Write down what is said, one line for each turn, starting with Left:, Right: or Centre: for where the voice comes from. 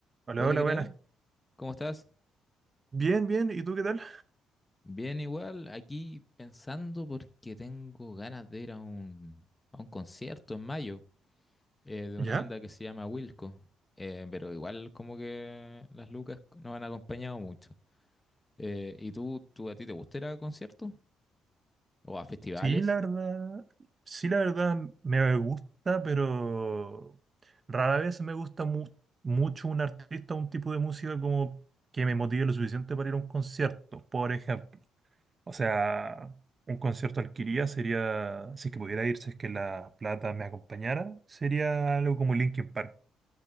Right: Hola,
Left: Hola,
Right: hola,
Left: ¿qué
Right: buenas.
Left: tal? ¿Cómo estás?
Right: Bien, bien. ¿Y tú qué tal?
Left: Bien, igual, aquí pensando porque tengo ganas de ir a un, a un concierto en mayo eh, de
Right: ¿Ya?
Left: una banda que se llama Wilco, Eh, pero igual como que las lucas no han acompañado mucho. Eh, ¿y tú, tú a ti te gusta ir a conciertos o a festivales?
Right: Sí, la verdad. Sí, la verdad me gusta, pero rara vez me gusta mu- mucho un artista o un tipo de música como que me motive lo suficiente para ir a un concierto, por ejemplo. O sea, un concierto al que iría sería, si es que pudiera ir, si es que la plata me acompañara, sería algo como Linkin Park.